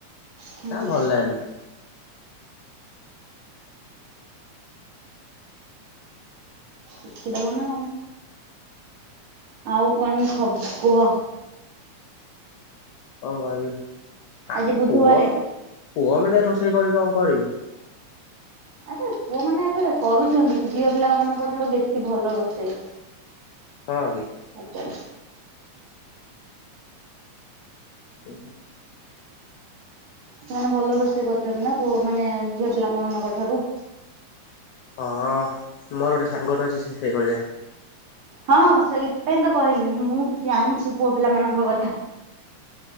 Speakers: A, on the right; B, on the left.
A: ହୁଁ।
B: ତା ଭଲ ଲାଗେନି।
A: ଶିଖି ଦବାନା। ଆଉ କଣ ଖ କୁହ?
B: ହଁ ଭାଇ ଆ
A: ଆଜି ବୁଧବାରେ
B: ପୁହଲ ପହ ମାନେ ରୋଷେଇ କରି କଣ କରିବୁ।
A: ଆଚ୍ଛା ପୁଅମାନଳନେ ଏବେ କରୁଛନ୍ତି ଝିଅ ପିଲା ମାନଙ୍କ ଠାରୁ ବେଶୀ ଭଲ ରୋଷେଇ।
B: ହଁ କି।
A: ଚଲ
B: ହୁ ହୁ।
A: ସେମାନେ ଭଲ ରୋଷେଇ କରୁଛନ୍ତି ନା ପୁଅ ମାନେ ଝିଅ ପିଲାମାନଙ୍କ ଠାରୁ।
B: ହଁ ମୋର ଗୋଟେ ସାଙ୍ଗଟେ ଅଛି ସେ ସେଇ ଭଳିଆ।
A: ହଁ ସେଇଥିପାଇଁ ତ କହିଲି ମୁଁ ଜାଣିଛି ପୁଅ ପିଲା ମାନଙ୍କ କଥା।